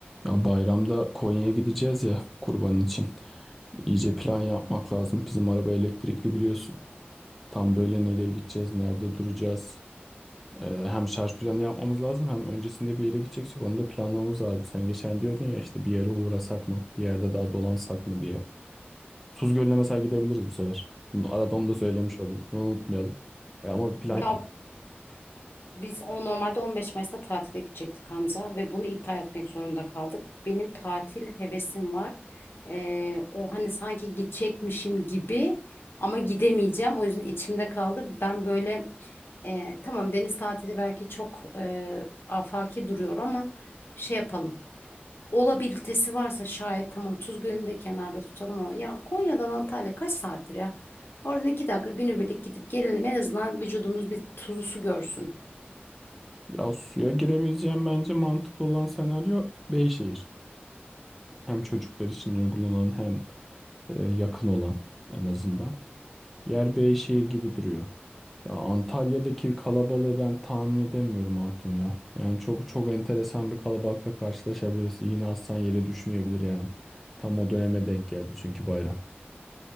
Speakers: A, in the centre; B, on the left (about 65°).
A: Ya bayramda Konya'ya gideceğiz ya kurbanın için. İyice plan yapmak lazım. Bizim araba elektrikli biliyorsun. Tam böyle nereye gideceğiz, nerede duracağız. Ee, hem şarj planı yapmamız lazım hem öncesinde bir yere gideceksek onu da planlamamız lazım. Sen geçen diyordun ya işte bir yere uğrasak mı, bir yerde daha dolansak mı diye. Tuz Gölü'ne mesela gidebiliriz bu sefer. Bunu, arada onu da söylemiş olayım. Bunu unutmayalım. E, ama bir plan
B: Ya
A: yap.
B: biz o normalde 15 Mayıs'ta tatile gidecektik Hamza ve bunu iptal etmek zorunda kaldık. Benim tatil hevesim var. Ee, o hani sanki gidecekmişim gibi ama gidemeyeceğim. O yüzden içimde kaldı. Ben böyle e, tamam deniz tatili belki çok e, afaki duruyor ama şey yapalım. Olabilitesi varsa şayet tamam Tuz Gölü'nü de kenarda tutalım ama ya Konya'dan Antalya kaç saattir ya? Oradan iki dakika günübirlik gidip gelelim. En azından vücudumuz bir tuzlu su görsün.
A: Ya suya girebileceğim bence mantıklı olan senaryo Beyşehir. Hem çocuklar için uygulanan hem e, yakın olan en azından. Yer Beyşehir gibi duruyor. Ya Antalya'daki kalabalığı ben tahmin edemiyorum Hatun ya. Yani çok çok enteresan bir kalabalıkla karşılaşabiliriz. Yine aslan yere düşmeyebilir yani. Tam o döneme denk geldi çünkü bayram.